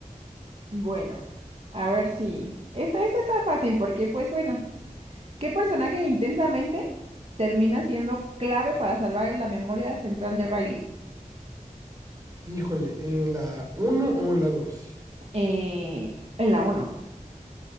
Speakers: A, on the right; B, on the right.
A: Bueno, a ver si. Esta, esta está fácil porque, pues bueno. ¿Qué personaje de intensamente termina siendo clave para salvar la memoria central de Riley?
B: Híjole, ¿en la uno o en la 2?
A: Eh, en la uno?